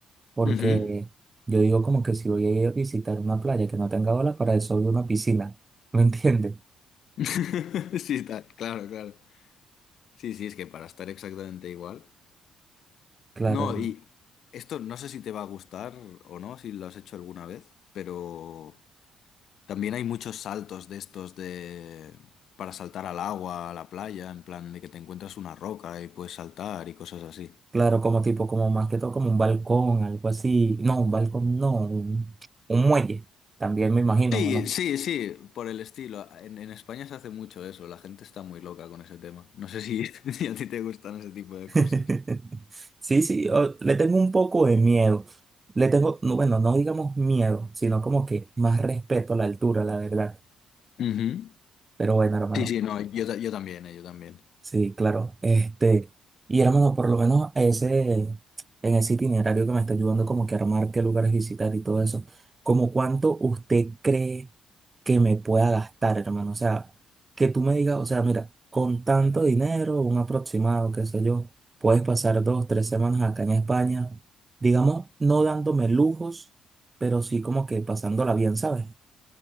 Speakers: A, on the right; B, on the left.
A: Porque
B: Ujú.
A: yo digo como que si voy a ir a visitar una playa que no tenga olas, para eso voy a una piscina, ¿me entiendes?
B: <laughs> Sí, está, claro, claro. Sí, sí, es que para estar exactamente igual.
A: Claro,
B: No, y esto no sé si te va a gustar o no, si lo has hecho alguna vez, pero también hay muchos saltos de estos de... para saltar al agua, a la playa, en plan de que te encuentras una roca y puedes saltar y cosas así.
A: Claro, como tipo, como más que todo como un balcón, algo así. No, un balcón, no, un, un muelle, también me imagino,
B: Sí,
A: ¿o no?
B: sí, sí, por el estilo. En, en España se hace mucho eso, la gente está muy loca con ese tema. No sé si, <laughs> si a ti te gustan ese tipo de
A: <laughs>
B: cosas.
A: Sí, sí, o- le tengo un poco de miedo. Le tengo, no, bueno, no digamos miedo, sino como que más respeto a la altura, la verdad.
B: Ujú.
A: Pero bueno, hermano.
B: Sí, sí, no, yo, ta- yo también, eh, yo también.
A: Sí, claro. Este, y hermano, por lo menos ese, en ese itinerario que me está ayudando como que a armar qué lugares visitar y todo eso, ¿como cuánto usted cree que me pueda gastar, hermano? O sea, que tú me digas, o sea, mira, con tanto dinero, un aproximado, qué sé yo, puedes pasar dos, tres semanas acá en España, digamos, no dándome lujos, pero sí como que pasándola bien, ¿sabes?